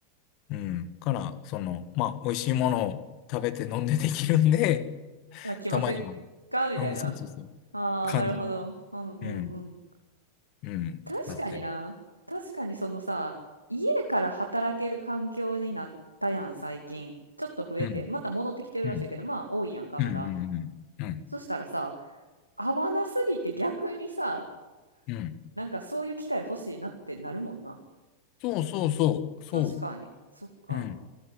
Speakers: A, on the left; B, on the right.
A: うん。から、その、まあ、美味しいものを食べて飲んでできるんで、
B: いや、来ませんか？
A: たまには、
B: みたいな。
A: あの、そうそうそう、
B: ああ、
A: 感じ、
B: なるほど。うんうんうん。
A: うん、うん、
B: 確かにな。
A: なってる。
B: 確かにそのさ、家から働ける環境になったやん、最近。ちょっと増えて、
A: うん
B: また戻ってきてるらしいけど、
A: うん。
B: まあ多いやんか、
A: うん。
B: まだ。
A: うん。うん。
B: そしたらさ、合わなすぎて逆にさ、
A: うんうん
B: なんかそういう機会欲しいなってなるもんな。
A: そうそうそう。そ
B: 確かに。そっか。
A: う。うん。